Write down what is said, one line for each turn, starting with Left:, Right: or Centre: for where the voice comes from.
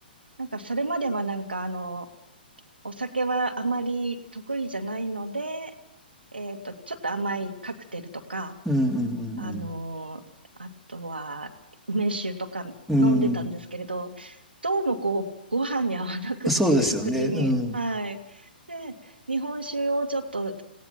Right: なんか、それまではなんか、あの、お酒はあまり得意じゃないので、えっと、ちょっと甘いカクテルとか、
Centre: うん、うん、
Right: あのあとは、梅酒とか飲んでたんですけれど、
Centre: うん。うん。
Right: どうもこう、ご飯に合わなくて、
Centre: そうですよね。
Right: 食事に。
Centre: うん。
Right: はい。で、日本酒をちょっと、